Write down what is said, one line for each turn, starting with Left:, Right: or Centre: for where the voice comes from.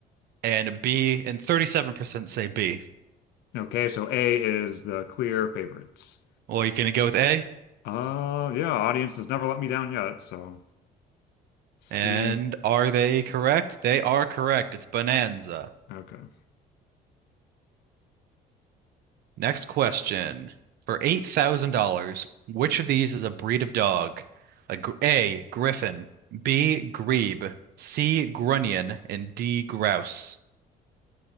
Right: and B, and 37% say B.
Left: Okay, so A is the clear favorites.
Right: Well, you're gonna go with A?
Left: Uh, yeah, audience has never let me down yet, so let's see.
Right: And are they correct? They are correct. It's Bonanza.
Left: Okay.
Right: Next question. For $8,000, which of these is a breed of dog? A, gr- A, Griffin, B, Grebe, C, Grunion, and D, Grouse.